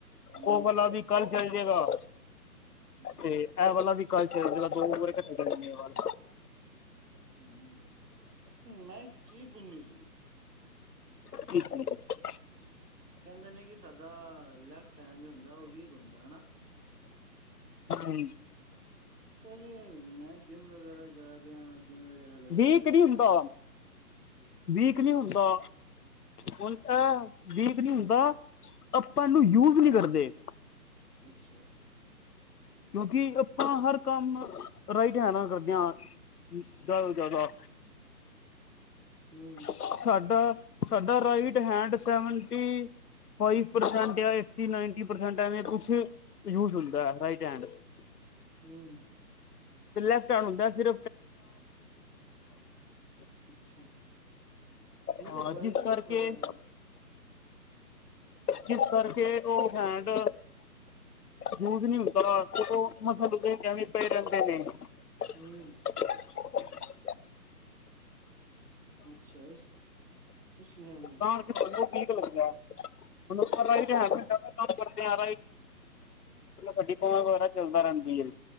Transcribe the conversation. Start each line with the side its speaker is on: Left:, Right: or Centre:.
Right: ਹੂੰ
Left: ਉਹ ਵਾਲਾ ਵੀ, ਕੱਲ ਚੱਲਜੇਗਾ
Right: ਅੱਛਾ
Left: ਤੇ ਇਹ ਵਾਲਾ ਵੀ ਕਲ ਚਲੇ ਜਾਏਗਾ, ਦੋ ਬੋਰੇ ਕੱਠੇ ਚਲੇ ਜਾਂ ਗੇ ਵੱਲ
Right: ਹਮ, ਮੈ ਏਕ ਚੀਜ ਪੁੱਛਣੀ ਸੀ?
Left: ਹ ਹਾਂਜੀ <inaudible>
Right: ਕਹਿੰਦੇ ਨੇ ਕਿ, ਸਾਡਾ ਲੈਫਟ ਹੈਂਡ ਹੁੰਦਾ ਉਹ, ਵੀਕ ਹੁੰਦਾ ਹਨਾ
Left: ਹਾਂਜੀ।
Right: ਪਰ ਮੈਂ, ਜਿੰਮ ਵਗੈਰਾ ਜਾ ਰਿਆ, ਜਿੰਮ ਵਗੈਰਾ ਲਗਾ
Left: ਵੀਕ
Right: ਵੀ
Left: ਨਹੀਂ
Right: ਰਿਆ
Left: ਹੁੰਦਾ ਵੀਕ ਨੀ ਹੁੰਦਾ ਹੁਣ ਤਾਂ ਵੀਕ ਨਈ ਹੁੰਦਾ, ਆਪਾਂ ਇਹਨੂੰ ਯੂਜ ਨਈ ਕਰਦੇ
Right: ਅੱਛਾ
Left: ਕਿਉਂਕਿ, ਆਪਾਂ ਹਰ ਕੰਮ ਰਾਈਟ ਹੈ ਨਾ ਕਰਦਿਆਂ, ਜਿਆਦਾ -ਜਿਆਦਾ
Right: ਹੂੰ
Left: ਸਾਡਾ -ਸਾਡਾ right hand, seventy five percent ਪਿਆ ਏ ਸ ਹੁੰਦਾ ਰ <unintelligible>
Right: ਹੂੰ
Left: ਲੈਫ ਹੁੰਦਾਨਫਸਟ <unintelligible>
Right: ਅੱਛਾ ਮੇਰੇ
Left: ਹਾਂ
Right: ਬਾਈ
Left: ਜਿਸ
Right: ਸਾਬ
Left: ਕਰਕੇ
Right: ਸਰ <unintelligible>
Left: ਜਿਸ ਕਰਕੇ ਉਹ ਹੈਂਡ ਯੂਜ ਨੀ ਹੁੰਦੀ ਮਸ ਲ ਪੈਰਦੇ ਨੇ <inaudible>
Right: ਹੂੰ
Left: ਹਮ <unintelligible> ਕ ਕਰ
Right: ਅੱਛਾ ਇਸ ਇਸ ਲਈ ਐਵੇਂ ਹੁੰਦਾ
Left: ਕ <unintelligible> ੀਕ ਲੱਗਿਆ ਹੁਣ ਉੱਪਰ ਦਾ
Right: ਹੂੰ
Left: ਹੀ ਤੇ ਹੈਗਾ <unintelligible> <unintelligible> ਕੰ ਕਰਦੇ ਆ ਗੱਡੀਾਂ ਵਗੈਰਾ ਚੱਲਦਾ ਰਹਿੰਦੀ ਹੈ